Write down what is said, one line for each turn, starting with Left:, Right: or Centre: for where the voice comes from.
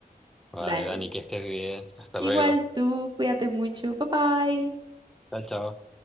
Centre: Vale,
Right: Dale.
Centre: Dani, que estés bien. Hasta
Right: Igual
Centre: luego.
Right: tú, cuídate mucho. Bye bye.
Centre: Chao, chao.